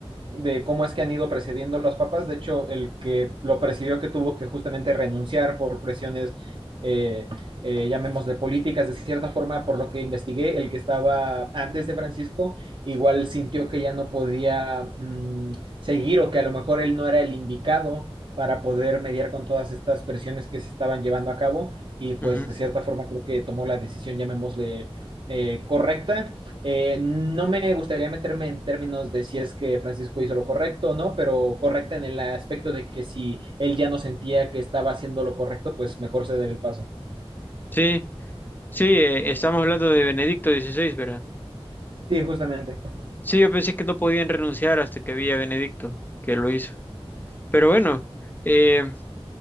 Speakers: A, on the right; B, on the left.
A: de cómo es que han ido precediendo los papas. De hecho, el que lo presidió, que tuvo que justamente renunciar por presiones, eh, eh, llamemos de políticas, de cierta forma, por lo que investigué, el que estaba antes de Francisco, igual sintió que ya no podía mmm, seguir o que a lo mejor él no era el indicado para poder mediar con todas estas presiones que se estaban llevando a cabo y pues
B: Ujú.
A: de cierta forma creo que tomó la decisión, llamémosle eh, correcta eh, no me gustaría meterme en términos de si es que Francisco hizo lo correcto o no, pero correcta en el aspecto de que si él ya no sentía que estaba haciendo lo correcto, pues mejor ceder el paso.
B: Sí. Sí, eh, estamos hablando de Benedicto XVI, ¿verdad?
A: Sí, justamente.
B: Sí, yo pensé que no podían renunciar hasta que vi a Benedicto, que lo hizo. Pero bueno, eh,